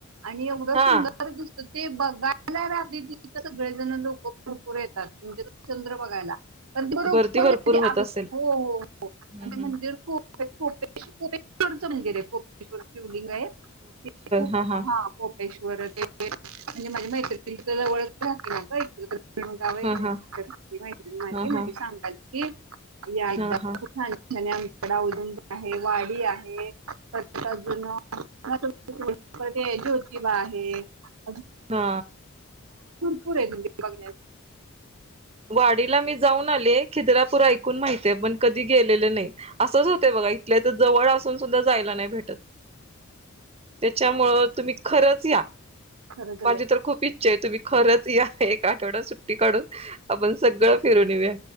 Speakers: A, on the right; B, on the right.
A: आणि एवढं
B: हा
A: सुंदर दिसत ते बघायला राहतें तिथं सगळेजण लोक लोक भरपूर येतात. म्हणजे तो चंद्र बघायला. अ बरोबर
B: वरती भरपूर होत असेल
A: हो हो हो
B: हम्म
A: आणि
B: हम्म
A: मंदिर खूप कोपेश्वराचे मंदिर आहे ते. लिंग आहे ते कोपेश्वर
B: हा हा
A: मंदिर कोपेश्वरचे ते माझी मैत्रीण तिथेच राहते ना इचलकरंजी. गाव आहे
B: हा
A: आणि
B: हा
A: ती माझी
B: हा
A: मैत्रीण
B: हा
A: सांगाल ती या एकदाम
B: हा हा
A: खप छान छान आमच्याडदून आहे वाडी आहे अजून मग ते जुने आणि जोतिबा आहे. आहे.
B: हा.
A: पूरे बघ.
B: वाडीला मी जाऊन आले खिद्रापुर ऐक माहितीय पण कधी गेलेलं नाही असंच होत बघा इथल्या तर जवळ असून सुद्धा जायला नाही भेटत. त्याच्यामुळं तुम्ही खरंच या.
A: खरं
B: माझी तर खूप इच्छा आहे तुम्ही खरंच या एक आठवडात सुट्टी काढून आपण सगळं फिरून येऊया.